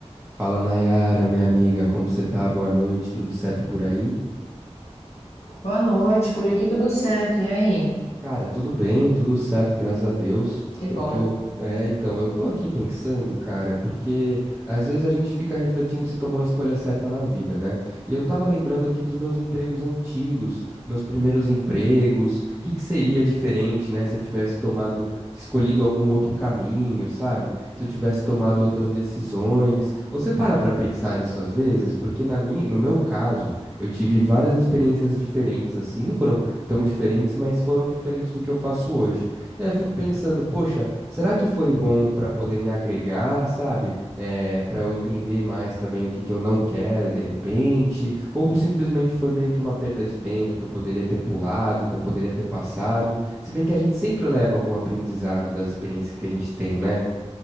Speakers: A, in the centre; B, on the left (about 70°).
A: Fala Nayara, minha amiga, como você tá? Boa noite, tudo certo por aí?
B: Boa noite, por aqui tudo certo. E aí?
A: Cara, tudo bem, tudo certo, graças a Deus.
B: Que
A: Eu
B: bom.
A: tô, é, então, eu tô aqui pensando, cara, porque às vezes a gente fica refletindo se tomou a escolha certa na vida, né? E eu tava lembrando aqui dos meus empregos antigos, meus primeiros empregos, o que que seria diferente, né, se eu tivesse tomado, escolhido algum outro caminho, sabe? Se eu tivesse tomado outras decisões. Você para pra pensar nisso às vezes? Porque na minha, no meu caso, eu tive várias experiências diferentes, assim, não foram tão diferentes, mas foram diferentes do que eu faço hoje. E aí eu fico pensando, poxa, será que foi bom para poder me agregar, sabe? É, para eu entender mais também o que que eu não quero de repente, ou simplesmente foi meio que uma perda de tempo que eu poderia ter pulado, que eu poderia ter passado. Se bem que a gente sempre leva algum aprendizado das experiências que a gente tem, né?